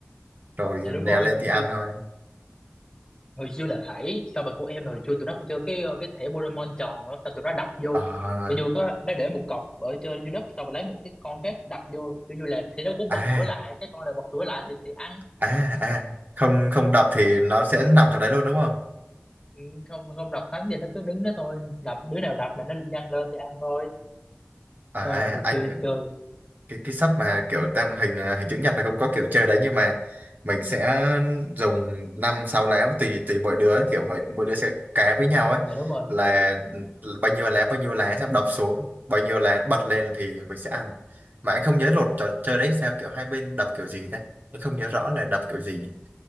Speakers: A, on the right; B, on the left.
A: rồi
B: dạ đúng
A: đè
B: rồi
A: lên thì ăn
B: hồi,
A: thôi
B: hồi xưa là khải sao mà của em hồi xưa tụi nó còn chơi cái ờ, cái thẻ Pokemon tròn nữa sao tụi nó đập vô
A: Ờ,
B: tự như có nó để một cọc ở trên dưới đất sau rồi lấy một cái con khác đập vô tự như là thì nó cũng
A: à
B: bật ngửa lại cái con này bật ngửa lại thì thì ăn
A: à à không không đập thì nó sẽ nằm trong đấy luôn đúng không
B: Ừ, không không đập thắng thì nó cứ đứng đó thôi đập đứa nào đập mà nó nhăn lên thì ăn thôi
A: à
B: rồi hồi
A: anh
B: xưa chơi
A: cái cái sắp mà kiểu tam hình à, hình chữ nhật là cũng có kiểu chơi đấy nhưng mà mình sẽ dùng năm sáu lá tùy tùy mỗi đứa kiểu hỏi- mỗi đứa sẽ cá với nhau ấy
B: dạ đúng rồi
A: là ừ, bao nhiêu lá bao nhiêu lá xong đọc xuống bao nhiêu lá bật lên thì mình sẽ ăn mà anh không nhớ luật trò chơi đấy sao kiểu hai bên đập kiểu gì ta anh không nhớ rõ là đập kiểu gì